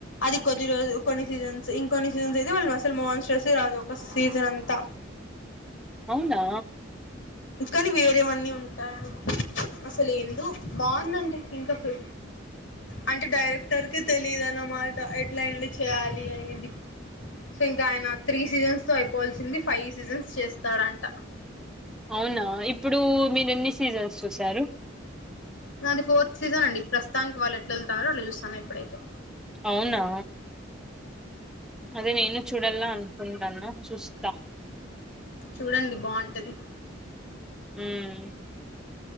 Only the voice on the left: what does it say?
అది కొద్ది రోజులు కొన్ని సీజన్స్ ఇంకొన్ని సీజన్స్ అయితే వాళ్ళు అసలు మెన్సస్ ఏ రాదు ఒక సీజన్ అంతా
కానీ వేరేవన్నీ ఉంటాయేమో అసలు ఎందో బాగుంది అండి ఇంతకి అంటే డైరెక్టర్ కే తెలియదు అన్నమాట ఎట్లా అయిన చేయాలి అనేది సో ఇంకా ఆయన త్రీ సీజన్స్ లో అయిపోవల్సింది ఫైవ్ సీజన్స్ చేస్తాడంట
నాది ఫోర్త్ సీజన్ అండి ప్రస్తుతానికి వాళ్ళు ఎట్లా వొదులుతున్నారో అట్లా చూస్తాన్న ఇప్పుడైతే
చూడండి బావుంటది